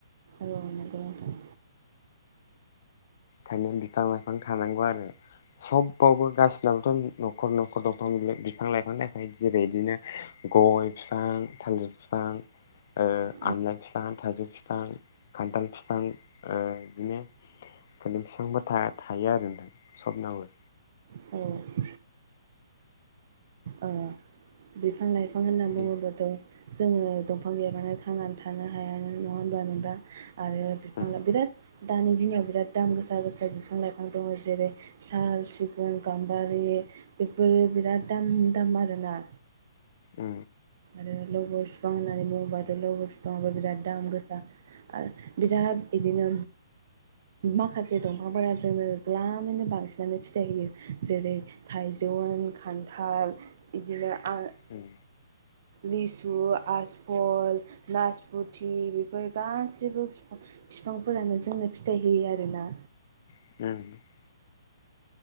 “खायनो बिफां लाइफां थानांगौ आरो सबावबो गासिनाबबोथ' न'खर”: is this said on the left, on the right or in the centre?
Left